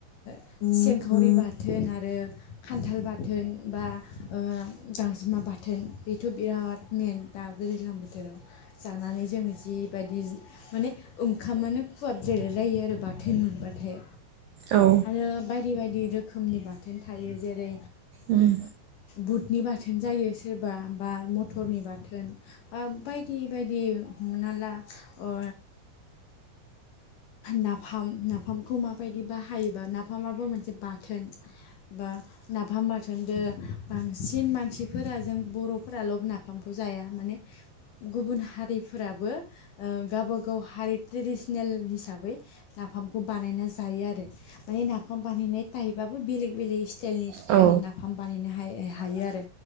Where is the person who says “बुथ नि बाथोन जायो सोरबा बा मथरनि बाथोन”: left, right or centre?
Left